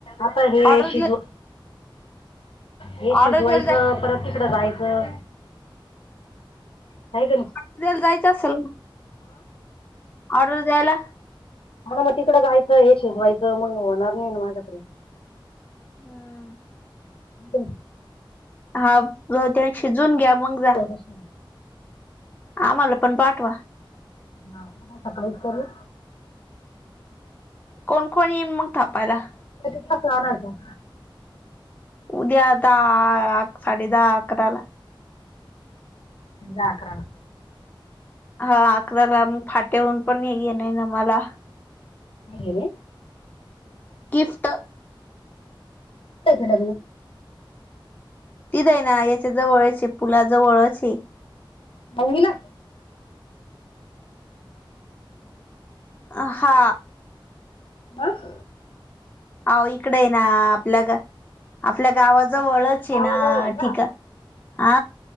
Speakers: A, on the left; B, on the left.
A: आता हे
B: ऑर्डर
A: शिजव
B: दिलं.
A: हे शिजवायचं.
B: ऑर्डर द्यायला जाय
A: परत तिकड जायचं काय करू.
B: त्याला जायचं असेल ऑर्डर द्यायला.
A: ह ना, मग तिकडें जायचं हे शिजवायचं मग होणार नाही ना माझ्याकडे.
B: हम्म.
A: बर.
B: हा, रोट्या शिजून घ्या मग जा.
A: अच्छा!
B: आम्हाला पण पाठवा.
A: हा, उद्या सकाळीच करू
B: कोण कोण येईन मग थापायला.
A: त्याचे तक्रार हाय बघ.
B: उद्याताहा आ साडे दहा अकराला.
A: साडेदहा अकराला.
B: हा, अकराला मग फाट्याहन पण हे घेन ना मला.
A: नाही गेले.
B: गिफ्ट.
A: त्याचं लग्न.
B: तिथे हे ना, तीच आहे ना याच्या जवळची पुला जवळची आहे.
A: होंगला.
B: आ हा,
A: ''हं''
B: अहो इकडे ना आपल्या ग आपल्या गावाजवळ. ची
A: गावाजवळ
B: ना
A: आहे का
B: ठीक आ हा,